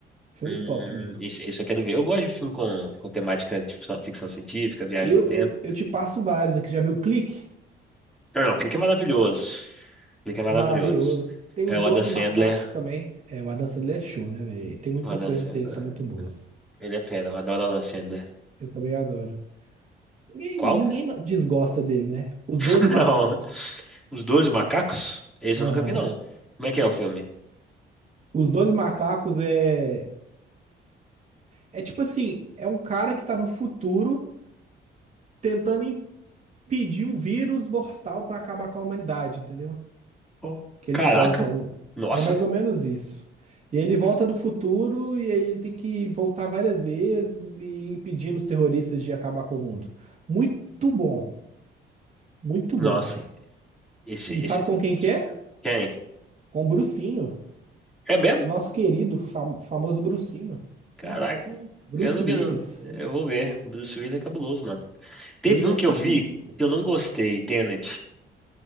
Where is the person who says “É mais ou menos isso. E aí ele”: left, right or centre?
Right